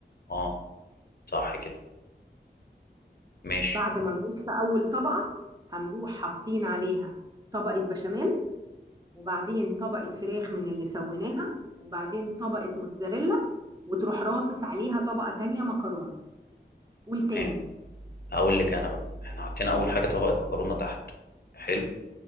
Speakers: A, on the left (about 60°); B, on the right (about 20°).
A: اه صح كده ماشي
B: بعد ما نقص اول طبقة هنروح حاطين عليها طبقة بشاميل وبعدين طبقة فراخ من اللي سويناها وبعدين طبقة موتزاريلا وتروح راصص عليها طبقة تانية مكرونة قول تاني
A: تمام هقول لك انا بقى احنا حطينا اول حاجة طبقة مكرونة تحت حلو